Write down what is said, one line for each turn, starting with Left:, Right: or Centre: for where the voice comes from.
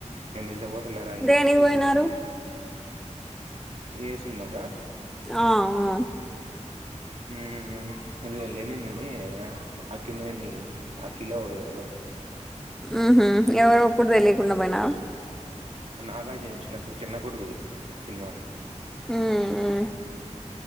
Right: <unintelligible> పోతలేరా అన్ జెప్పి
Centre: దేనికి పోయినారు
Right: పిన్సిపల్ ను ఏ సినిమాక
Centre: ఆ ఆ
Right: ఉ అ లేనిన్ అని అక్కినేని అఖిలో ఎవడో
Centre: ఊహు ఎవరో ఒక్కురు తెలియకుండ పోయినా
Right: నాగార్జు చిన్న చిన్న కొడుకుది సినిమా
Centre: ఉ ఉ